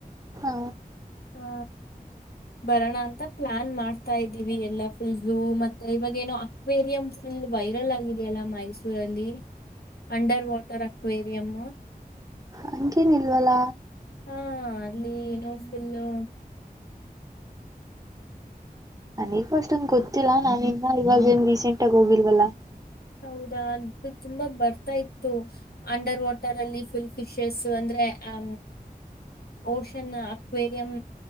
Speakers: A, on the right; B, on the left.
A: ಹ
B: ಹಾ ಬರೋಣ ಅಂತ ಪ್ಲಾನ್ ಮಾಡ್ತಾ ಇದೀವಿ ಎಲ್ಲ ಫುಲ್ ಜೂ ಮತ್ತೆ ಇವಾಗೆನೋ ಅಕ್ವೇರಿಯಂ ಫುಲ್ ವೈರಲ್ ಆಗಿದೆಯಲ್ಲ ಮೈಸೂರಲ್ಲಿ ಅಂಡರ್ ವಾಟರ್ ಅಕ್ವೇರಿಯಂ.
A: ಹಂಗೇನಿಲ್ವಲ್ಲ
B: ಹಾ ಅಲ್ಲಿ ಏನೋ ಫುಲ್ಲು
A: ಈಗ ಅಷ್ಟೊಂದ ಗೊತ್ತಿಲ್ಲಾ ನಾನ ಇನ್ನ ಇವಾಗ ಏನ್ ರೀಸೆಂಟ್ ಆಗ ಹೋಗಿಲ್ವಲ್ಲ
B: ಹೌದಾ ಅದು ತುಂಬಾ ಬರ್ತಾ ಇತ್ತು ಅಂಡರ್ ವಾಟರ್ ಅಲ್ಲಿ ಫುಲ್ ಫಿಶಸ್ ಅಂದ್ರೆ ಅ ಓಷನ್ ಅಕ್ವೇರಿಯಂ